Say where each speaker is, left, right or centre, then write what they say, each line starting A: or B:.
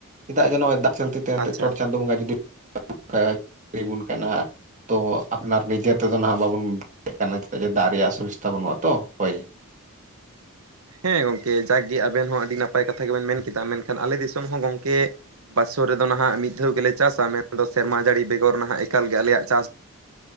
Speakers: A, on the right; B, on the right.
A: ᱪᱮᱫᱟᱜ ᱡᱮ ᱱᱚᱜᱼᱚᱭ ᱫᱟᱜ <unintelligible>
B: ᱟᱪᱪᱷᱟ
A: ᱪᱚᱴ
B: ᱟᱪᱪᱷᱟ
A: ᱪᱟᱸᱫᱳ ᱵᱚᱸᱜᱟ ᱡᱩᱫᱤ <unintelligible> ᱠᱟᱱᱟ ᱛᱚ ᱟᱯᱱᱟᱨ ᱱᱤᱡᱮ ᱛᱮᱫᱚ ᱱᱟᱦᱟᱜ ᱵᱟᱵᱚᱱ <unintelligible> ᱠᱟᱱᱟ ᱪᱮᱫᱟᱜ ᱡᱮ ᱫᱟᱜ ᱨᱮᱭᱟᱜ <unintelligible> ᱵᱟᱹᱱᱩᱜᱼᱟ ᱛᱚ ᱦᱳᱭ᱾
B: ᱦᱮᱸ ᱜᱚᱢᱠᱮ ᱡᱟᱠᱜᱮ ᱟᱵᱮᱱ ᱦᱚᱸ ᱟᱹᱰᱤ ᱱᱟᱯᱟᱭ ᱠᱟᱛᱷᱟ ᱜᱮᱵᱮᱱ ᱢᱮᱱ ᱠᱮᱫᱟ ᱢᱮᱱᱠᱷᱟᱱ ᱟᱞᱮ ᱫᱤᱥᱚᱢ ᱦᱚᱸ ᱜᱚᱝᱠᱮ ᱵᱟᱥᱚ ᱨᱮᱫᱚ ᱱᱟᱦᱟᱜ ᱢᱤᱫ ᱫᱷᱟᱹᱣ ᱜᱮᱞᱮ ᱪᱟᱥᱟ ᱢᱮᱱᱫᱚ ᱥᱮᱨᱢᱟ ᱡᱟᱹᱲᱤ ᱵᱮᱜᱚᱨ ᱱᱟᱦᱟᱜ ᱮᱠᱟᱞ ᱜᱮ ᱟᱞᱮᱭᱟᱜ ᱪᱟᱥ